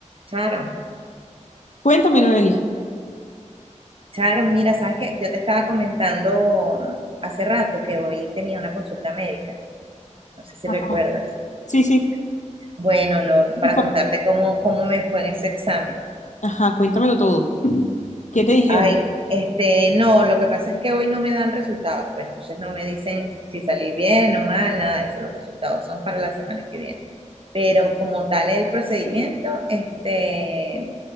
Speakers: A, on the right; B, on the left.
A: Charo,
B: Cuéntame, Noeli.
A: Charo, mira, sabes que yo te estaba comentando hace rato que hoy tenía una consulta médica, no sé si
B: Ajá.
A: recuerdas.
B: Sí, sí.
A: Bueno, no, para
B: ¿Qué fue?
A: contarte cómo, cómo me fue en ese examen.
B: Ajá, cuéntamelo todo. ¿Qué te dijeron?
A: Ay, este, no, lo que pasa es que hoy no me dan resultados, pues entonces no me dicen si salí bien o mal, nada de eso, los resultados son para la semana que viene. pero como tal el procedimiento, este,